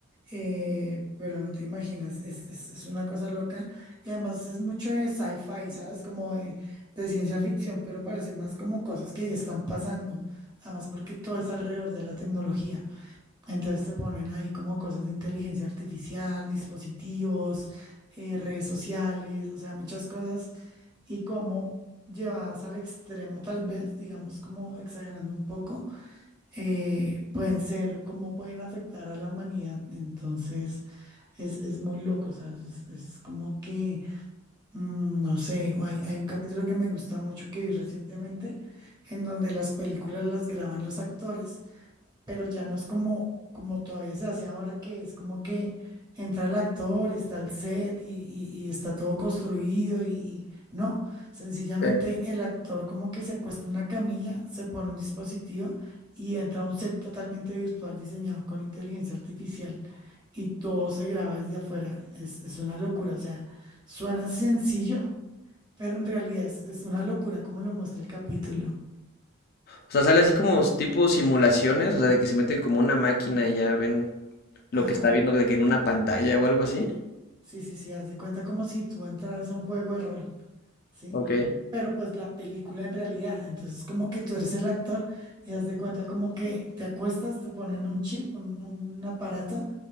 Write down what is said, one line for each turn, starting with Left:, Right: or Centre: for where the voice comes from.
Right: eh, pero no te imaginas, es, es, es una cosa loca. Y además es mucho de sci-fi, ¿sabes? Como de, de ciencia ficción, pero parece más como cosas que ya están pasando. Además porque todo es alrededor de la tecnología. Entonces te ponen ahí como cosas de inteligencia artificial, dispositivos, eh, redes sociales, o sea, muchas cosas. Y como llevadas al extremo, tal vez, digamos, como exagerando un poco eh, pueden ser, cómo pueden afectar a la humanidad. Entonces, es, es muy loco, ¿sabes? Es, es como que, mm, no sé, o hay, hay un capítulo que me gusta mucho que vi recientemente, en donde las películas las graban los actores pero ya no es como, como todavía se hace ahora, que es como que entra el actor, está el set y, y- y está todo construido y, y- no, sencillamente
Left: Sí.
Right: el actor como que se acuesta en una camilla, se pone un dispositivo y entra a un set totalmente virtual diseñado con inteligencia artificial y todo se graba desde afuera. Es, es una locura, o sea, suena sencillo, pero en realidad es, es una locura como lo muestra el capítulo.
Left: O sea, sale así como tipo simulaciones, o sea, de que se meten como una máquina y ya ven lo
Right: Ajá.
Left: que está viendo de que en una pantalla o algo así.
Right: Sí, sí, sí, haz de cuenta como si tú entraras a un juego de rol, ¿sí?
Left: Ok.
Right: Pero pues la película en realidad, entonces como que tú eres el actor y haz de cuenta como que te acuestas, te ponen un chip, un, un aparato